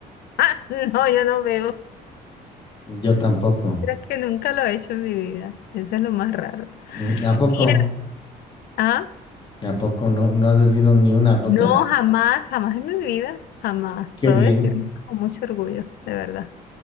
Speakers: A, on the left; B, on the left.
A: Ah, No, yo no veo.
B: Yo tampoco.
A: Pero es que nunca lo he hecho en mi vida. Eso es lo más raro.
B: Mm, ¿A poco?
A: Mira, ah,
B: ¿A poco no, no has bebido ni una gota?
A: no, jamás, jamás en mi vida, jamás.
B: Qué
A: Puedo
B: bien.
A: decir eso con mucho orgullo, de verdad.